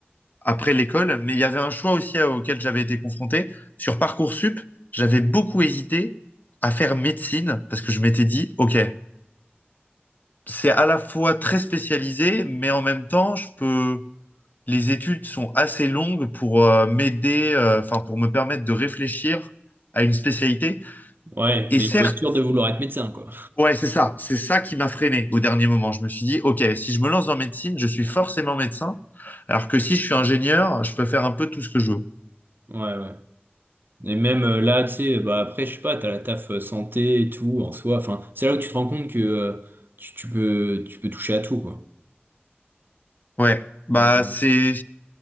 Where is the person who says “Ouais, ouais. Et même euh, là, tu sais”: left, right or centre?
Right